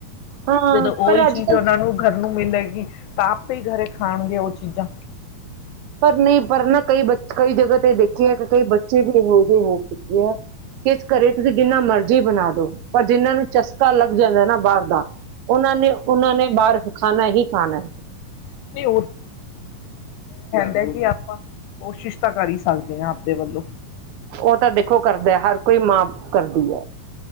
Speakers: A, on the right; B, on the left.
A: ਹਾਂ
B: ਜਦੋਂ
A: ਪਰ
B: ਉਹੀ
A: ਅੱਜ
B: ਚੀਜ਼
A: ਕੱਲ
B: ਉਹਨਾਂ ਨੂੰ ਗਰ ਨੂੰ ਮਿਲੇਗੀ, ਤਾਂ ਆਪੇ ਹੀ ਗਰੇ, ਖਾਣਗੇ ਉਹ ਚੀਜ਼ਾਂ
A: ਪਰ ਨਹੀਂ ਪਰ ਨਾ ਕਈ ਬੱਚ ਕਈ ਜਗ੍ਹਾ ਤੇ ਦੇਖੇ ਐ ਕਿ ਕਈ ਬੱਚੇ ਵੀ ਇ ਤੇ ਹੋ ਚੁੱਕੇ ਆ ਕਿਸ ਕਰੇ ਤੁਸੀਂ ਜਿੰਨਾ ਮਰਜ਼ੀ ਬਣਾ ਦੋ। ਪਰ ਜਿਹਨ੍ਹਾਂ ਨੂੰ ਚਸ ਕਾ ਲੱਗ ਜਾਵੇ ਨਾ ਬਾਹਰ ਦਾ ਉਹਨਾਂ ਨੇ ਉਹਨਾਂ ਨੇ ਬਾਹਰ ਖਾਣਾ ਹੀ ਖਾਣਾ ਹੈ।
B: ਨਹੀਂ ਭੈਣਜੀ ਆਪਾਂ ਕੋਸ਼ਿਸ਼ ਤਾਂ ਕਰ ਹੀ ਸਕਦੇ ਹਾਂ ਆਪਦੇ ਵੱਲੋਂ।
A: ਉਹ ਤਾਂ ਦੇਖੋ ਕਰਦਾ ਹੈ ਹਰ ਕੋਈ ਮਾਂ ਕਰਦੀ ਹੈ।